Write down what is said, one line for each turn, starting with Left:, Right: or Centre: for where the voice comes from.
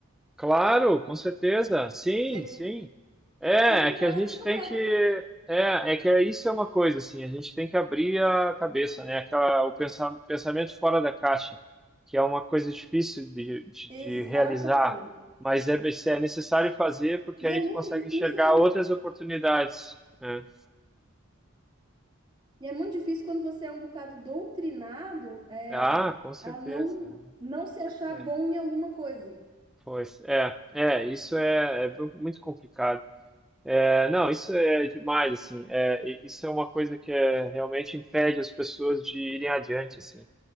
Centre: Claro, com certeza. Sim,
Right: que a,
Centre: sim. É,
Right: que a gente
Centre: é que
Right: acha
Centre: a gente
Right: que não
Centre: tem
Right: é.
Centre: que. É, é que isso é uma coisa, assim, a gente tem que abrir a cabeça, né? Aquela, o pensa- pensamento fora da caixa, que é uma coisa difícil de, de,
Right: Exatamente.
Centre: de realizar, mas é, é necessário fazer porque
Right: E
Centre: aí
Right: é muito
Centre: tu consegue
Right: difícil
Centre: enxergar
Right: quando,
Centre: outras oportunidades, né?
Right: e é muito difícil quando você é um bocado doutrinado, é,
Centre: Ah, com certeza.
Right: a não, não se achar
Centre: É,
Right: bom em alguma coisa.
Centre: pois, é, é, isso é, é muito complicado. É, não, isso é demais, assim, é, e- isso é uma coisa que é, realmente impede as pessoas de irem adiante, assim.